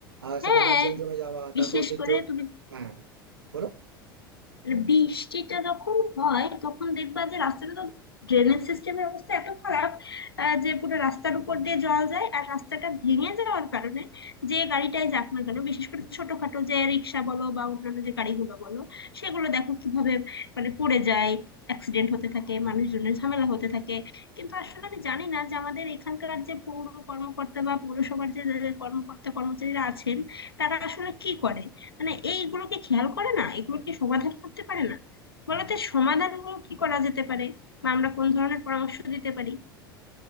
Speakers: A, on the right; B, on the left.
A: আহ
B: হ্যাঁ
A: সেখানে জল জমে যাওয়া
B: বিশেষ
A: তারপর সেই
B: করে
A: জল
B: তুমি
A: হ্যাঁ বলো
B: আর বৃষ্টিটা যখন হয় তখন দেখবা যে রাস্তাটা তো ড্রেনেজ সিস্টেমের অবস্থা এত খারাপ আহ, যে পুরো রাস্তার উপর দিয়ে জল যায় আর রাস্তাটা ভেঙে যাওয়ার কারণে যে গাড়িটাই যাক না কেন বিশেষ করে ছোটখাটো যে রিক্সা বলো বা অন্যান্য যে গাড়িগুলো বলো সেগুলো দেখো কিভাবে মানে পড়ে যায় অ্যাক্সিডেন্ট হতে থাকে মানুষজনের ঝামেলা হতে থাকে কিন্তু আসলে আমি জানি না যে আমাদের এখানকার যে পৌর কর্মকর্তা বা পৌরসভার যে যে কর্মকর্তা কর্মচারীরা আছেন তারা আসলে কি করে মানে এইগুলোকে খেয়াল করে না এগুলোকে সমাধান করতে পারে না বলতে সমাধানগুলো কি করা যেতে পারে বা আমরা কোন ধরনের পরামর্শ দিতে পারি